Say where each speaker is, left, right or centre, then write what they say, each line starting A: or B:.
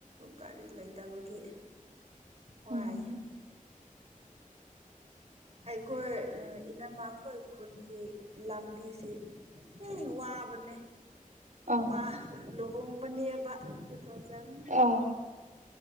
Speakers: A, on the right (about 45°); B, on the right (about 65°).
A: ꯒꯥꯔꯤ ꯂꯩꯇꯕꯒꯤ ꯋꯥꯥꯏ
B: ꯎꯝ
A: ꯑꯩꯈꯣꯏ ꯏꯅꯃꯈꯣꯏ ꯈꯨꯟꯒꯤ ꯂꯝꯕꯤꯁꯤ ꯍ ꯋꯥꯕꯅꯦ
B: ꯑꯣ
A: ꯃꯥ ꯂꯨꯍꯣꯡꯕꯅꯦ ꯇꯨ ꯊꯥꯎꯖꯟ
B: ꯑꯣ